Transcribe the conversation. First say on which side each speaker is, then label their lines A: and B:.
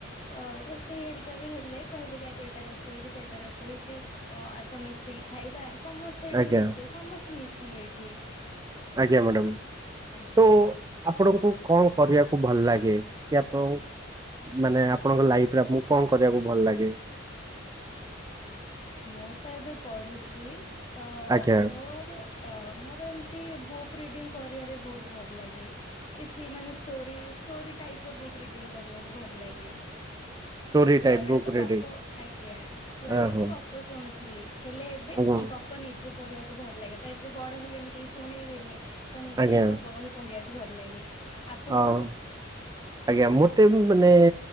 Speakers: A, on the left; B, on the right.
A: ଅ ରୋଷେଇ ହେରିକା ବି ହେଲେ କହିବେ କି ଆଜି ଏଇଟା ରୋଷେଇ ହେଇଚି ସେଇଟା ରୋଷେଇ ହେଇଚି ଆସ ମିଶେଇକି ଖାଇବା। ସମସ୍ତେ ଏଇଠି
B: ଆଜ୍ଞା
A: ମିଶିବେ ସମସ୍ତେ ମିଶିଙ୍ଗ୍ ଏଇଠି
B: ଆଜ୍ଞା ମ୍ୟାଡ଼ାମ।
A: ଆଜ୍ଞା।
B: ତ ଆପଣଙ୍କୁ କଣ କରିବାକୁ ଭଲ ଲାଗେ କି ଆପଣଙ୍କୁ ମାନେ ଆପଣଙ୍କ ଲାଇଫ୍ ରେ ଆପଣଙ୍କୁ କଣ କରିବାକୁ ଭଲ ଲାଗେ?
A: ମୁଁ ତ ଏବେ ପଢୁଚି। ତ
B: ଆଜ୍ଞା।
A: ମୋର ଅ ମୋର ଏମନ୍ତି ବୁକ୍ ରିଡିଙ୍ଗ ବହୁତ ଭଲ ଲାଗେ କିଛି ଷ୍ଟେରି ଟାଇପର ବହି ପଢ଼ିବାକୁ ଭଲ ଲାଗେ।
B: ଷ୍ଟୋରି
A: ଛୁଆ
B: ଟାଇପ
A: ବେଳେ
B: ବୁକ୍
A: ତ
B: ରିଡିଂ
A: ଗପ ଆଜ୍ଞା ଛୁଆ
B: ଓହୋ
A: ବେଳେ ତ ଗପ ଶୁଣୁଥିଲି ହେଲେ ଏବେ
B: ଆଜ୍ଞା।
A: ଗପ ନିଜେ ପଢିବାକୁ ଭଲ ଲାଗେ ତ ଏବେ ବଡ ହେଲେଣି କେହି ଶୁଣେଇବେନି। ତ ନିଜେ
B: ଆଜ୍ଞା
A: ହିଁ‌ ଗପ ବହି ପଢିବାକୁ ଭଲ ଲାଗେ। ଆପଣଙ୍କୁ
B: ହଁ ଆଜ୍ଞା ମତେ ମାନେ